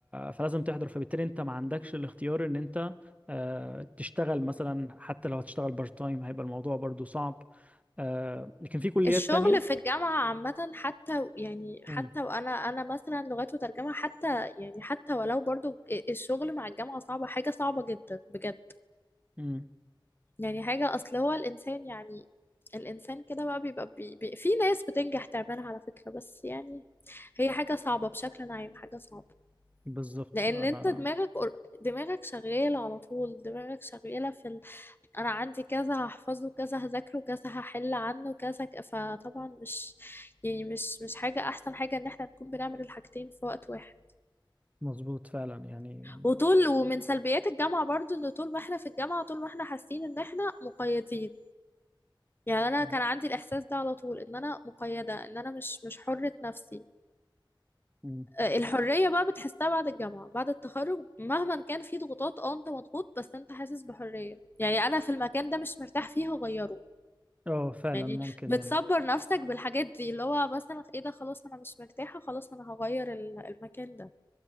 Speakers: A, on the right; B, on the left.
A: فلازم تحضر فبالتالي أنت ما عندكش الاختيار إن أنت آه، تشتغل مثلا حتى لو هتشتغل بارت تايم هيبقى الموضوع برضو صعب آه، لكن في كليات
B: الشغل
A: تانية
B: في الجامعة عامة حتى يعني حتى
A: مم.
B: وأنا أنا مثلا لغات وترجمة حتى يعني حتى ولو برضو الشغل مع الجامعة صعبة حاجة صعبة جدا بجد
A: مم.
B: يعني حاجة أصل هو الإنسان يعني الإنسان كده بقى بيبقى بي بي في ناس بتنجح تعملها على فكرة بس يعني هي حاجة صعبة بشكل عام حاجة صعبة
A: بالظبط
B: لان
A: انا
B: انت دماغك دماغك شغاله على طول دماغك شغاله في ال... انا عندي كذا هحفظه كذا هذاكره كذا هحل عنه كذا ك- فطبعا مش يعني مش مش حاجه احسن حاجه ان احنا نكون بنعمل الحاجتين في وقت واحد
A: مظبوط فعلا يعني
B: وطول ومن سلبيات الجامعه برضو ان طول ما احنا في الجامعه طول ما احنا حاسين ان احنا مقيدين يعني انا
A: مم.
B: كان عندي الاحساس ده على طول ان انا مقيده ان انا مش مش حره نفسي
A: مم.
B: آه، الحرية بقى بتحسها بعد الجامعة بعد التخرج مهما كان في ضغوطات اه انت مضغوط بس انت حاسس بحرية يعني انا في المكان ده مش مرتاح فيه هغيره
A: اه فعلا
B: يعني
A: ممكن
B: بتصبر
A: يعني
B: نفسك بالحاجات دي اللي هو مثلا ايه ده خلاص انا مش مرتاحة خلاص انا هغير ال- المكان ده